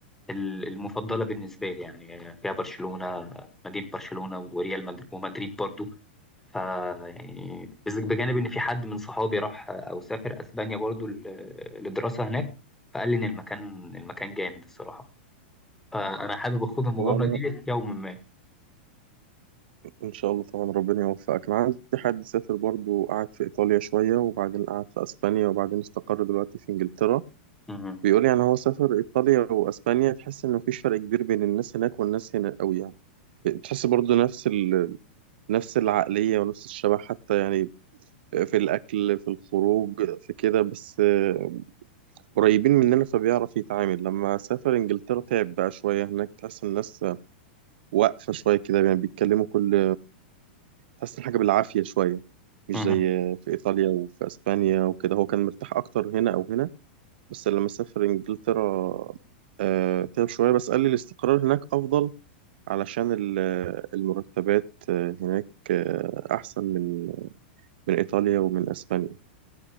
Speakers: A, in the centre; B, on the right.
A: ال- المفضلة بالنسبة لي يعني فيها برشلونة مدينة برشلونة وريال مدريد ومدريد برضو ف يعني بز- بجانب إن في حد من صحابي راح أو سافر أسبانيا برضو ل- لدراسة هناك فقال لي إن المكان المكان جامد الصراحة فأنا حابب أخوض المغامرة
B: هو انا
A: دي في يوم ما
B: ان شاء الله طبعا ربنا يوفقك انا عندي حد سافر برضو قعد في ايطاليا شويه وبعدين قعد في اسبانيا وبعدين استقر دلوقتي في انجلترا
A: مهم.
B: بيقول يعني هو سافر ايطاليا واسبانيا تحس ان مفيش فرق كبير بين الناس هناك والناس هنا قوي يعني تحس برضو نفس ال نفس العقلية ونفس الشبه حتى يعني في الأكل في الخروج في كده بس آه، قريبين مننا فبيعرف يتعامل لما سافر إنجلترا تعب بقى شوية هناك تحس الناس واقفة شوية كده يعني بيتكلموا كل تحس الحاجة بالعافية شوية مش
A: مهم.
B: زي في إيطاليا وفي أسبانيا وكده هو كان مرتاح أكتر هنا أو هنا بس لما سافر إنجلترا آه، تعب شوية بس قال لي الاستقرار هناك أفضل علشان ال- المرتبات آه، هناك آه، أحسن من من إيطاليا ومن أسبانيا